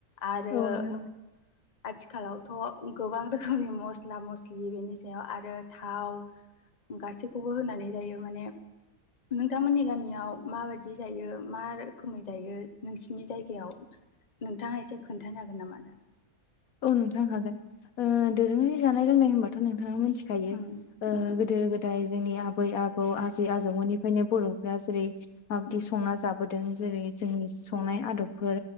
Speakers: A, on the left; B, on the left.
A: आरो
B: औ नोंगौ
A: <inaudible> आथिखालावथ' गोबां रोखोमनि मस्ला मस्लि बेनि सायाव आरो थाव गासैखौबो होनानै जायो माने नोंथांमोननि गामियाव माबायदि जायो मा रोखोमै जायो नोंसिनि जायगायाव नोंथाङा एसे खोन्थानो हागोन नामा दा
B: औ नोंथां हागोन ओ दोरोङारि जानाय लोंनाय होनबाथ' नों थाङा मिथिखायो
A: उम
B: ओ
A: उम
B: गोदो गोदाय जोंनि आ बै आबौ आजै आजौमोननिफ्रायनो बर'फोरा जेरै माबादि
A: उम
B: संना जाबोदों जेरै जोंनि संनाय आदबफोर